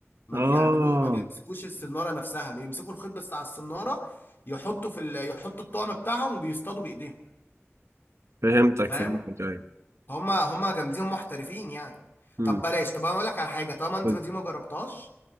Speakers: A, on the left; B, on the right.
A: ما
B: اه
A: بيعملوش ما بيمسكوش السنارة نفسها بيمسكوا الخيط بس بتاع السنارة يحطوا في ال... يحطوا الطعم بتاعهم وبيصطادوا بإيديهم
B: فهمتك
A: فاهم
B: فهمتك ايوه
A: هما هما جامدين هما محترفين يعني
B: امم
A: طب بلاش طب انا اقول لك على حاجة طالما انت
B: قول
A: دي ما جربتهاش